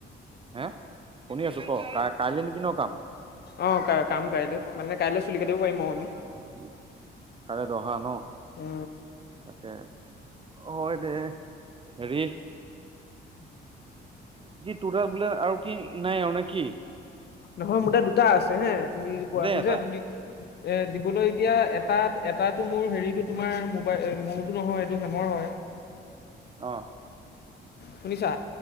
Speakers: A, on the right; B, on the left.
A: হে, শুনি আছোঁ ক? কাই কাইলৈ নেকি ন কাম।
B: অ ক কাম কাইলৈ, মানে কাইলৈ চুলি কাটিব। পাৰিম আৰু আমি
A: অ', কাইলৈ দহা ন?
B: উ
A: তাকে হয় দে, হেৰি খুৰা বোলে আৰু কি নাই আৰু নে কি?
B: নহয় মোৰ তাত দুটা আছে হে তুমি কোৱাটো
A: দে এটা
B: যে। তুমি যে দিবলৈ এতিয়া এটাত এটাটো মোৰ হেৰিটো, তোমাৰ মোবাই মোৰটো নহয়। এইটো হেমৰ হয়।
A: অ',
B: শুনিছা,